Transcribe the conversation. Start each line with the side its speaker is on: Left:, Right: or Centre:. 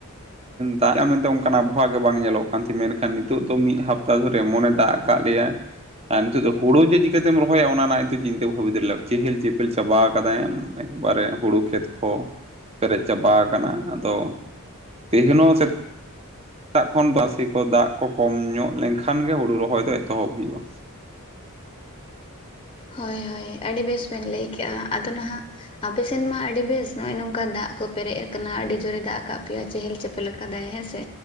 Right: ᱫᱟᱜ ᱢᱮᱱᱛᱮ ᱚᱱᱠᱟᱱᱟ ᱟᱵᱚᱦᱟᱣᱟ ᱜᱮ ᱵᱟᱝ ᱧᱮᱞᱚᱜ ᱠᱟᱱ ᱛᱤᱧ ᱢᱮᱱ ᱱᱤᱛᱚᱜ ᱫᱚ ᱢᱤᱫ ᱦᱟᱯᱛᱟ ᱫᱷᱚᱨᱮ ᱮᱢᱚᱱᱮ ᱫᱟᱜ ᱠᱟᱜ ᱞᱮᱭᱟ᱾ ᱟᱨ ᱱᱤᱛᱚᱜ ᱫᱚ ᱦᱳᱲᱳ ᱡᱮ ᱪᱤᱠᱟᱹᱛᱮᱢ ᱨᱚᱦᱚᱭᱟ ᱚᱱᱟ ᱨᱮᱱᱟᱜ ᱱᱤᱛ ᱪᱤᱱᱛᱟᱹ ᱵᱷᱟᱵᱤᱛᱮ ᱞᱮ ᱪᱮᱦᱮᱞ ᱪᱮᱯᱮᱞ ᱪᱟᱵᱟ ᱠᱟᱫᱟᱭ, ᱮᱠᱵᱟᱨᱮ ᱦᱩᱲᱩ ᱠᱷᱮᱛ ᱠᱚ ᱯᱮᱨᱮᱡ ᱪᱟᱵᱟ ᱟᱠᱟᱱᱟ, ᱟᱫᱚ ᱛᱮᱦᱮᱧ ᱦᱚᱸ <unintelligible> ᱥᱮᱛᱟᱜ ᱠᱷᱚᱱ ᱫᱟᱜ ᱠᱚ ᱠᱚᱢ ᱧᱚᱜ ᱞᱮᱱᱠᱷᱟᱱ ᱜᱮ ᱦᱩᱲᱩ ᱨᱚᱦᱚᱭ ᱫᱚ ᱮᱛᱚᱦᱚᱵ ᱦᱩᱭᱩᱜᱼᱟ᱾
Left: ᱦᱳᱭ ᱦᱳᱭ ᱟᱹᱰᱤ ᱵᱮᱥ ᱵᱮᱱ ᱞᱟᱹᱭ ᱠᱮᱜᱼᱟ, ᱟᱫᱚ ᱱᱟᱸᱦᱜ ᱟᱯᱮ ᱥᱮᱱ ᱢᱟ ᱟᱹᱰᱤ ᱵᱮᱥ ᱱᱚᱜᱼᱚ ᱱᱚᱝᱠᱟ ᱫᱟᱜ ᱠᱚ ᱯᱮᱨᱮᱡ ᱟᱠᱟᱱᱟ ᱡᱳᱨᱮ ᱫᱟᱜ ᱟᱠᱟᱜ ᱯᱮᱭᱟ ᱪᱮᱦᱮᱞ ᱪᱮᱯᱮᱞ᱾ ᱠᱟᱫᱟᱭ ᱦᱮᱸ ᱥᱮ,